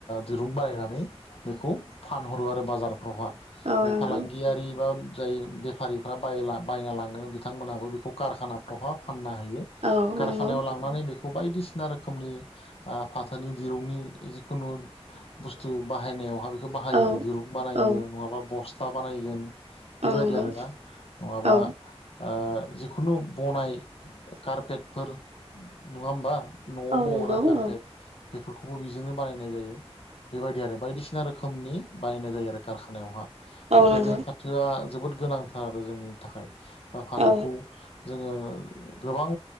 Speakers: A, on the left; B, on the right.
A: दिरुं बानायनानै बेखौ फानहरो आरो बाजारफ्रावहा
B: औ
A: बे
B: नंगौ
A: फालांगियारि बा जाय बेफारिफ्रा बायना लाङो बिथांमोनहाबो बेखौ कारखानाफ्रावहा फानना होयो।
B: औ
A: कारखानायाव
B: नंगौ
A: लांनानै बेखौ खौ बायदिसिना रोखोमनि फाथोनि दिरुंनि जिखुनु बुस्थु बाहायनायावहा बेखौ बाहायो
B: औ
A: आरो गोरप बानायो
B: औ
A: नङाबा बस्था बानायगोन।
B: औ
A: बेबायदि
B: नंगौ
A: आरोना, नङाबा
B: औ
A: ओ जिखुनु बनाय कारपेटफोर नङा होमबा? न'आव
B: औ
A: बग्रा
B: नंगौ
A: कारपेट
B: औ
A: बेफोरखौबो बेजोंनो बानायनाय जायो बेबायदि आरो बायदिसिना रोखोम नि बायनाय जायो आरो कारखानायावहा
B: औ
A: बेखायनो
B: नंगौ
A: फाथोआ जोबोद गोनांथार आरो जोंनि थाखाय बा फाथोखौ
B: औ
A: जोङो गोबां